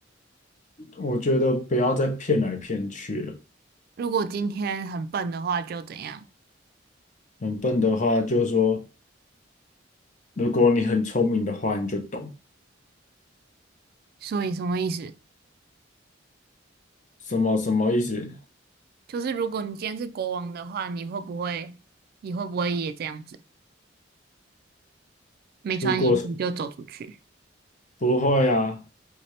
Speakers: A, on the left; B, on the right.
A: 我觉得不要再骗来骗去了。
B: 如果今天很笨的话，就怎样？
A: 很笨的话，就是说，如果你很聪明的话，你就懂
B: 所以什么意思？
A: 什么什么意思。
B: 就是如果你今天是国王的话，你会不会你会不会也这样子，没穿衣服就走出去？
A: 如果是不会啊，